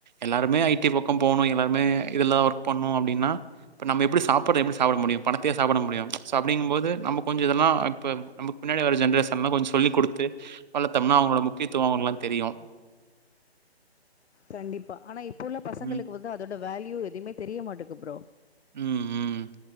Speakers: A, on the right; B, on the left.
A: எல்லாருமே ஐ டி பக்கோ போனு எல்லார்மே இதெல்லா ஒர்க் பண்ணு அப்டின்னா அப்ப நம்ம எப்டி சாப்பாட எப்டி சாப்ட முடியு பணத்தயா சாப்ட முடியு சோ அப்டிங் போது நம்ம கொஞ்ச இதெல்லா இப்ப நமக் பின்னாடி வர ஜென்ரேசன்லா கொஞ்சோ சொல்லி குடுத்து வளத்தம்னா அவங்ளோட முக்கியத்துவோ அவுங்க்குளா தெரியும்
B: கண்டிப்பா ஆனா இப்ப உள்ள பசங்ளுக்கு
A: ம்,
B: வந்து அதோட வேல்யூ எதுமே தெரிய மாட்டுக்கு ப்ரோ
A: ம்ம்ம்